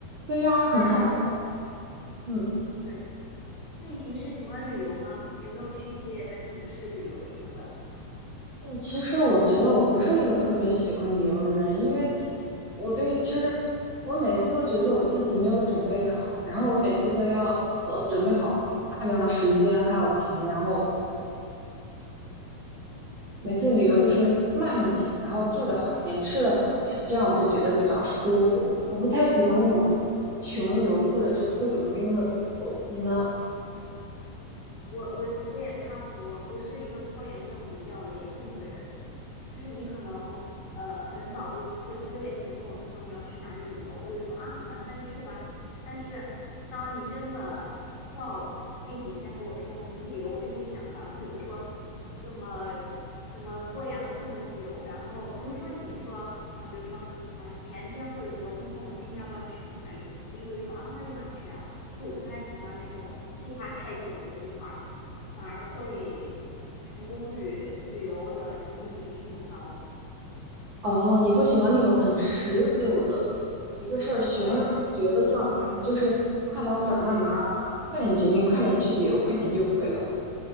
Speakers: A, on the right; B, on the left.
A: 对呀，
B: 那
A: 很划算，嗯。
B: 对，那你平时喜欢旅游吗？有没有去一些城市旅游什么的？
A: 哎，其实我觉得我不是一个特别喜欢旅游的人，因为我对其实我每次都觉得我自己没有准备好，然后我每次都要呃准备好大量的时间还有钱，然后每次旅游就是慢一点，然后住的好一点，吃的好一点，这样我就觉得比较舒服。我不太喜欢那种穷游或者是特种兵的旅游，你呢？
B: 嗯，我我其实也差不多，我是一个拖延症比较严重的人。就是你可能呃很早，比如说一个月前跟我说你要去哪里旅游，我会说啊，好呀，那就去吧。但是当你真的到那几天跟我说我们去旅游，我就会想反悔，我说怎么怎么拖延了这么久？然后比如说你说，嗯、比如说啊，你前天或者昨天问我今天要不要去哪里，我就会说啊，那立马去啊。就是我不太喜欢那种计划太久的计划。反而会成功率，旅游的成功率不是那么高。
A: 哦，你不喜欢那种很持久的一个事儿悬而不决的状态，
B: 对对
A: 就是快刀斩乱麻，
B: 对，
A: 我们快点决定，快点去旅游，快点就回来。